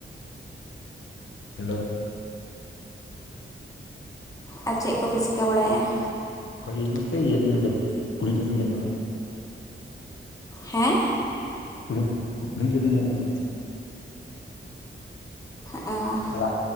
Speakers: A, on the left (about 70°); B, on the left (about 15°).
A: ᱦᱮᱞᱳ
B: ᱟᱨ ᱪᱮᱫ ᱠᱚᱯᱮ ᱪᱤᱠᱟᱹ ᱵᱟᱲᱟᱭᱮᱜᱼᱟ
A: ᱚᱠᱚᱭ ᱤᱧ ᱱᱚᱛᱮ ᱤᱭᱟᱹ ᱥᱮᱱᱤᱧ ᱠᱩᱞᱦᱤ ᱥᱮᱱ ᱤᱧ ᱦᱮᱡ ᱟᱠᱟᱱᱟ
B: ᱦᱮᱸ
A: ᱠᱩᱞᱦᱤ <unintelligible> ᱦᱮᱡ ᱟᱠᱟᱱᱟ
B: ᱮᱸᱻᱻ
A: ᱟᱨ